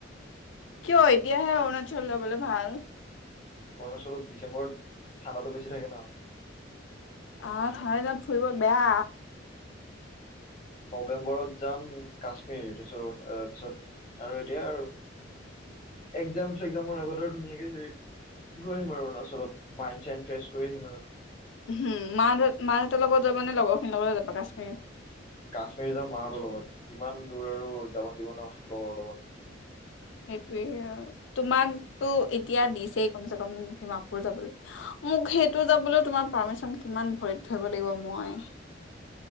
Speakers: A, on the left (about 70°); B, on the left (about 30°).
A: কিয় এতিয়াহে অৰুণাচল যবলৈ ভাল
B: অৰুণাচলত ডিচেম্বৰত ঠাণ্ডাটো বেছি থাকে ন
A: আহ ঠাণ্ডা দিনত ফুৰিব বেয়া
B: নৱেম্বৰত যাম কাশ্মীৰাৰত পিছত আৰু এতিয়া এক্জাম চেগজামৰ আগত আৰু ধুনীয়াকে হেৰি গৈ আহিম আৰু অৰুণাচলত মাইড চ ফ্ৰেছ কৰি আহিম আৰু
A: উম মাহ দেত মাহ দেঁতৰ লগত যাবা নে লগৰখিনিৰ লগতে যাবা কাশ্মীৰ
B: কাশ্মীৰী যাম মাহঁতৰ লগত ইমান দূৰ আৰু যাব দিব ন লগৰ লগত
A: সেইটোয়ে তোমাকতো এতিয়া দিছেই কমচ কম ডিমাপুৰ যাবলৈ মোক সেইটো যাবলৈ তোমাৰ পাৰ্মিচন কিমান ভৰিত ধৰিব লাগিব মই